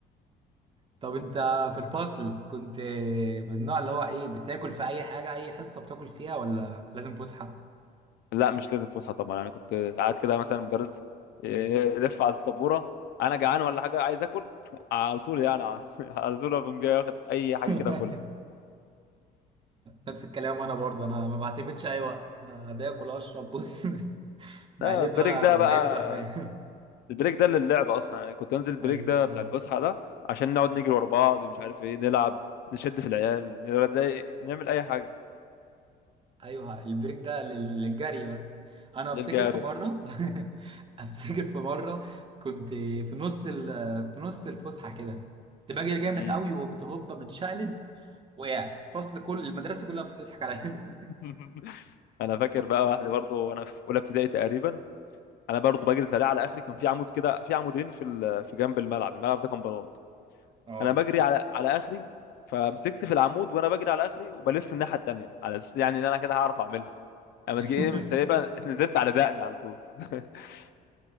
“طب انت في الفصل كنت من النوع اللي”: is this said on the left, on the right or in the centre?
Right